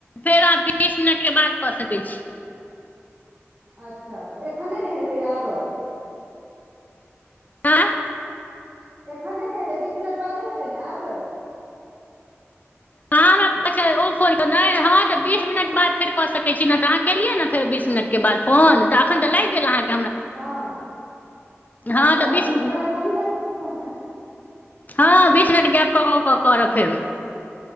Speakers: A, on the left (about 35°); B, on the right (about 30°).
A: फेर अहाँ के बीस मिनटके बाद कऽ सकै छी
B: अच्छा, तऽ एखन नहि ने हेतै आब?
A: आँ
B: एखन नई ने हेतै बीस मिनट के बादे हेतै ने आब? <inaudible>
A: अहाँ हमरा अच्छा ओ फोन हॅं तऽ बीस मिनट बाद फेर कऽ सकै छी न त अहॉं केलियई ने फेर बीस बिसनट के बाद फोन त अखन त लाईग गेल अहॉं--के
B: हँ,
A: हँ
B: अच्छा
A: बीस
B: तऽ उहे ओहि लए पुछलऊ हन
A: हँ, बीस मिनिट गैप कऽ कऽ करब फेरो।